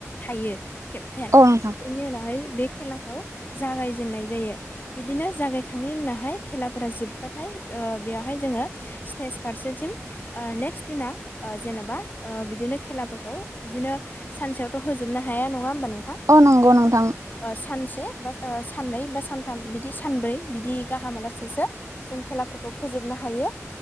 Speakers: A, on the left; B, on the right.
A: थायो केपटेन
B: औ नोंथां
A: बेनि उनावहाय बे खेलाखौ जागायजेननाय जायो बिदिनो जागायखांनायनि उनावहाय खेलाफोरा जोब्बाथाय बेयावहाय जोङो स्टेज फारसे थिम नेक्स्ट दिना जेनेबा बिदिनो खेलाफोरखौ बिदिनो सानसेयावथ' होजोबनो हाया हाया नङा होमबा नोंथां
B: औ नंगौ नोंथां
A: सानस से बा सानै बा सान थाम बिदि सानब्रै बिदि गाहामालासेसो जों खेलाफोरखौ फोजोब नो हायो